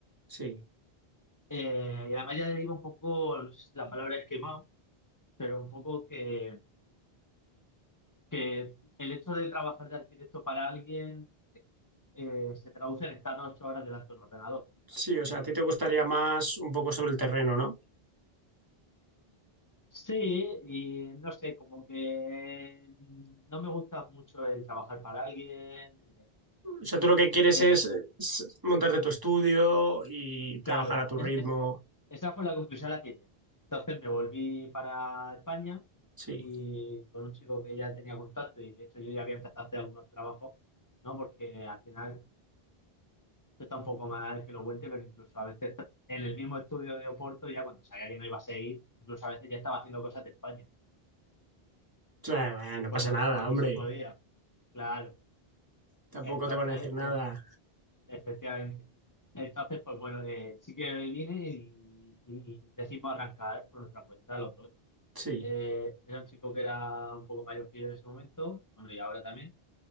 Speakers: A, on the right (about 20°); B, on the left (about 20°).
A: sí.
B: Eh, y además ya iba un poco, no sé si la palabra es quemado, pero un poco que, que el hecho de trabajar de arquitecto para alguien eh, se traduce en estar ocho horas delante de un ordenador,
A: Sí,
B: ¿sabes?
A: o sea, a ti te gustaría más un poco sobre el terreno, ¿no?
B: Sí, y no sé, como que mm, no me gusta mucho el trabajar para alguien.
A: O sea, tú lo que quieres
B: el-
A: es,
B: el-
A: eh, s- montarte tu estudio y trabajar
B: claro,
A: a tu
B: es-
A: ritmo.
B: es- esa fue la conclusión a la que llegué. Entonces me volví para España
A: Sí.
B: y con un chico que ya tenía contacto y de hecho yo ya había empezado a hacer algunos trabajos, ¿no? Porque al final, esto está un poco mal que lo cuente, pero incluso a veces en el mismo estudio de Oporto, ya cuando sabía que no iba a seguir, incluso a veces ya estaba haciendo cosas de España,
A: Claro, Bueno, no
B: cuando,
A: pasa nada,
B: cuando
A: hombre.
B: se podía. Claro.
A: Tampoco
B: Entonces,
A: te van a decir nada.
B: eh, efectivamente. Entonces, pues bueno, eh, sí que vine y, y decidimos arrancar por nuestra cuenta los dos.
A: Sí,
B: Eh, era un chico que era un poco mayor que yo en ese momento, bueno, y ahora también.